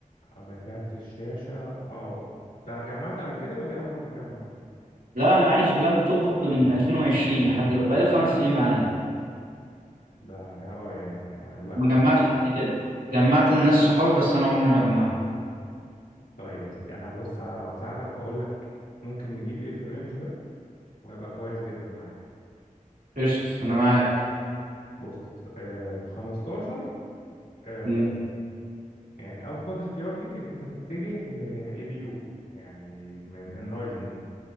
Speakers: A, on the left; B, on the right.
A: اه، بكارت الشاشة اه انت جمعت قبل كده ولا دي أول مرة تجمع؟
B: لا أنا عايش بلابتوب من 2020 لحد دلوقتي بقالي خمس سنين معايا
A: ده اه يعني الله يكتر
B: ما جمعتش
A: خير
B: قبل كده جمعت لناس صحابي بس أنا عمري ما جمعت
A: طيب يا سيدي انا بص هساعدك وهقول لك ممكن نجيب ايه في الرينج ده وهيبقى كويس جدا معاك
B: قشطة أنا معاك
A: بص آه ب 15 آه
B: مم.
A: يعني افضل اختيار ليك ان انت تتجه ل اي بي يو يعني من رايزن